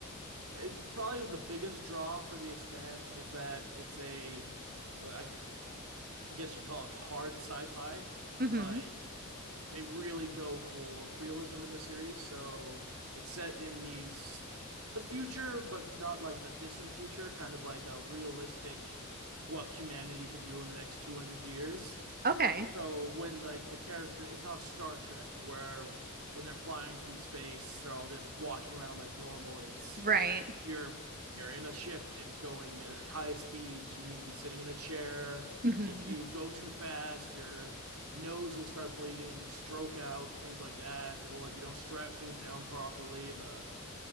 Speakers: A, on the right; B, on the right.
A: It, probably the biggest draw for The Expanse is that it's a well, I I guess you call it hard sci-fi.
B: Mm-hmm.
A: Like they really go for realism in the series, so it's set in these the future, but not like the distant future, kind of like a realistic what humanity could do in the next 200 years.
B: Okay.
A: So when like the character, it's not Star Trek where when they're flying through space, they're all just walking around like normal. It's
B: Right.
A: you're you're in a ship. It's going at high speeds. You need to be sitting in a chair.
B: Mm-hmm.
A: If you go too fast, your nose will start bleeding and you stroke out, things like that. Or if you don't strap things down properly, the